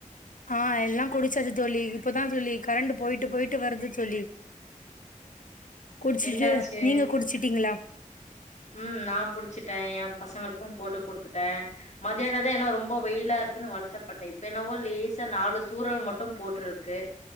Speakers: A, on the left (about 75°); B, on the left (about 55°).
A: ஆ எல்லா குடிச்சாச்சு தோழி இப்பதா தோழி கரண்டு போயிட்டு போயிட்டு வருது தோழி குடிச்சிட்டு
B: என்னாச்சு
A: நீங்க குடிச்சிட்டீங்களா
B: ம் நா குடிச்சுட்டே எ பசங்களுக்கும் போட்டு குடுத்துட்டே மதியானதே என்ன ரொம்ப வெயிலா இருக்குன்னு வருத்தப்பட்டே இப்ப என்னவோ லேசா நாலு தூரல் மட்டு போட்டிரு கே